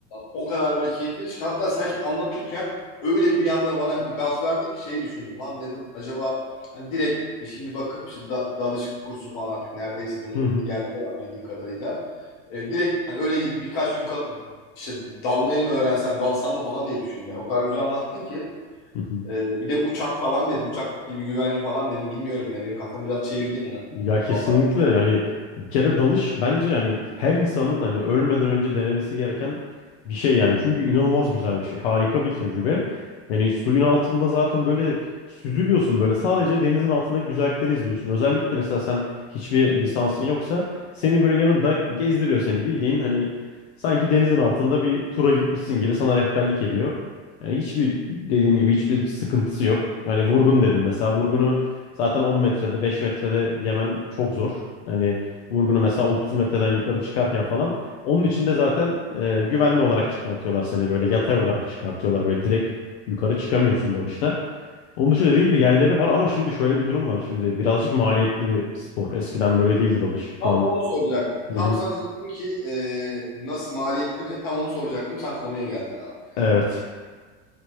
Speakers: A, on the left; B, on the left.
A: O kadar böyle keyifli. Hatta sen şimdi anlatırken öyle bir bir anda bana bir gaz verdin ki şeyi düşündüm. Lan dedim acaba hani direkt e, şimdi bakıp işte da, dalış kursu falan artık neredeyse bunun
B: Hı hı.
A: yerleri var bildiğim kadarıyla. E, direkt hani öyle gidip birkaç gün kalıp işte dalmayı mı öğrensem, dalsam mı falan diye düşündüm. Yani o kadar güzel anlattın ki.
B: Hı hı.
A: E, bir de uçak falan dedim. Uçak gibi güvenli falan dedim. Bilmiyorum ya. Benim kafamı biraz çevirdin ya.
B: Ya kesinlikle
A: Allah
B: yani bir kere dalış bence yani her insanın hani ölmeden önce denemesi gereken bir şey yani. Çünkü inanılmaz güzel bir şey. Harika bir tecrübe. Yani suyun altında zaten böyle süzülüyorsun böyle sadece denizin altındaki güzellikleri izliyorsun. Özellikle mesela sen hiçbir lisansın yoksa seni böyle yanında gezdiriyor seni bildiğin hani sanki denizin altında bir tura gitmişsin gibi sana rehberlik ediyor. Yani hiçbir dediğim gibi hiçbir sıkıntısı yok. Hani vurgun dedim mesela vurgunu Zaten 10 metrede 5 metrede yemen çok zor. Hani vurgunu mesela 30 metreden yukarı çıkarken falan. Onun için de zaten e, güvenli olarak çıkartıyorlar seni böyle yatay olarak çıkartıyorlar. Böyle direkt yukarı çıkamıyorsun dalışta. Onun için dediğin gibi yerleri var ama şimdi şöyle bir durum var. Şimdi birazcık maliyetli bir spor. Eskiden böyle değildi dalış. Şu
A: Tam
B: an
A: onu soracaktım.
B: Hı
A: Tam
B: hı.
A: sana diyecektim ki e, nasıl maliyetli mi? Tam onu soracaktım. Sen konuya geldin abi.
B: Evet.